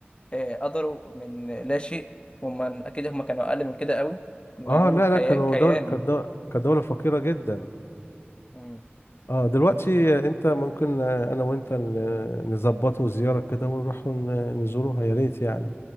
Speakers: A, on the left (about 25°); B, on the left (about 75°).
A: آه، قدروا من لا شيء هم اكيد هم كانوا اقل من كده قوي ان
B: اه
A: عملوا
B: لا
A: الكيا-
B: لا كانوا
A: كيان
B: دولة كانت دو- كانت دولة فقيرة جدا
A: امم
B: اه دلوقتي انت ممكن آه، انا وانت ن- نظبطوا زيارة كده ونروح ن- نزوروها يا ريت يعني